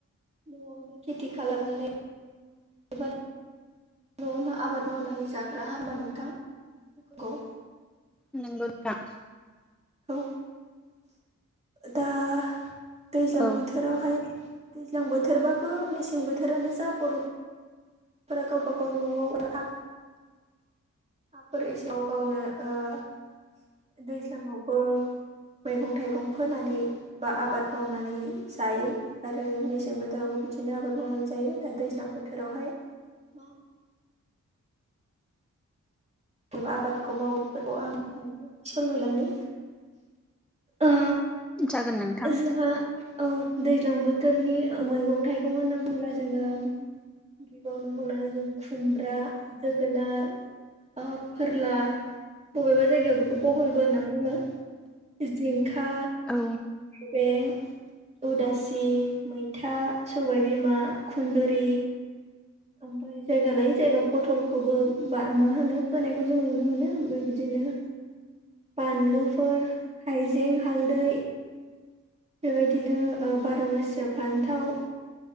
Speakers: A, on the right; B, in the centre.
A: न'आवनो खेथि खालामनानै एबा न'आवनो आबाद मावनानै जाग्रा होमबा नोंथां नंगौ
B: नंगौ नोंथां
A: औ दा दैज्लां
B: औ
A: बोथोरावहाय दैज्लां बोथोरबाबो मेसें बोथोरानो जा गरम फोरा गावबा गाव न'आवनो हाफोर एसेयाव गाव गावनो दैज्लाङावबो मैगं थाइगं फोनानै बा आबाद मावनानै जायो आरो मेसें बोथोरावबो बिदिनो आबाद मावनाय जायो दा दैज्लां बोथोरावहाय मा एबा आबादखौ मावो बेफोरखौ आं नोंनो इसे फोरमायलांनि ओ
B: जागोन नोंथां
A: जोङो औ दैज्लां बोथोरनि मैगं थाइगं होनना बुङोब्ला जोङो गिबियावनो बुंनांगोन जों खुमब्रा जोगोनार फोरला बबेबा जायगायाव बेखौ बहलबो होनना बुङो जिंखा
B: औ
A: बे उदासि मैथा सबायबिमा खुन्दुरि ओमफ्राय जायगा लायै जायगा पटलखौबो बा मा होनो फोनायखौ जों नुनो मोनो ओमफ्राय बिदिनो बानलुफोर हाइजें हालदै बेबायदिनो बार' मासियाव फान्थाव